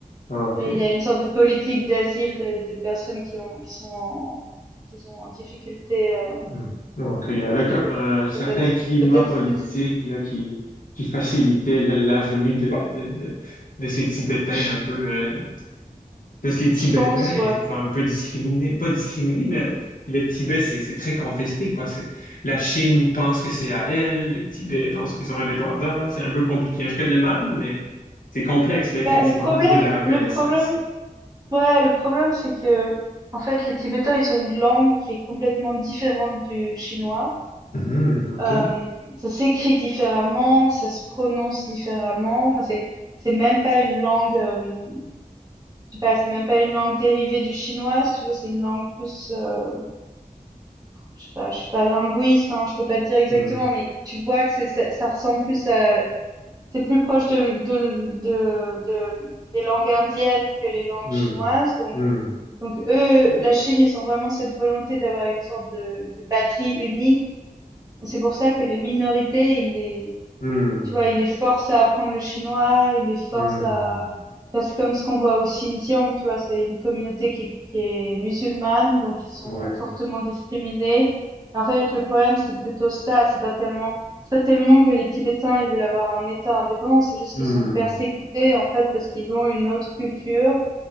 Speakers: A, on the left; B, on the right.
A: OK.
B: et il y a une sorte de politique d'asile de, de personnes qui ont, qui sont en, qui sont en difficulté euh,
A: Hmm. Donc, il y avait comme
B: économique.
A: un certain
B: Peut-être,
A: climat
B: peut-être,
A: politique
B: c'était-
A: là, qui, qui facilitait le- la venue de, de, de, de ces Tibétains
B: je,
A: un peu. euh, parce que les Tibétains
B: je pense, ouais.
A: ils sont un peu discriminés, pas discriminés, mais euh, le Tibet, c'est c'est très contesté, quoi. C'est, la Chine pense que c'est à elle, le Tibet pense qu'ils sont indépendants, c'est un peu compliqué. Je connais mal, mais c'est complexe, là, effectivement,
B: Bah, le problème,
A: au niveau de la reconnaissance.
B: le problème, ouais, le problème, c'est que, en fait, les Tibétains, ils ont une langue qui est complètement différente du chinois.
A: Mhm,
B: Hem,
A: OK.
B: ça s'écrit différemment, ça se prononce différemment, enfin c'est c'est même pas une langue, hem, je sais pas, c'est même pas une langue dérivée du chinois si tu veux, c'est une langue plus, heu, je sais pas, je suis pas linguiste, hein, je peux pas te dire exactement,
A: Hmm,
B: mais tu vois que c'est ça ça ressemble plus à c'est plus proche de de de de, mmh, des langues indiennes que les langues
A: hmm,
B: chinoises, donc
A: hmm,
B: donc eux, la Chine, ils ont vraiment cette volonté d'avoir une sorte de de patrie unie. C'est pour ça que les minorités, ils les
A: hmm,
B: Tu vois,
A: hmm,
B: il les force à apprendre le chinois, il les force
A: hmm.
B: à, tu vois, c'est comme ce qu'on voit au Xinjiang, tu vois, c'est une communauté qui, qui est musulmane, donc ils sont
A: Ouais.
B: fortement discriminés. En fait, le problème, c'est plutôt ça, c'est pas tellement, c'est pas tellement que les Tibétains, ils veulent avoir un État indépendant, c'est juste
A: Hmm.
B: qu'ils sont persécutés, en fait, parce qu'ils ont une autre culture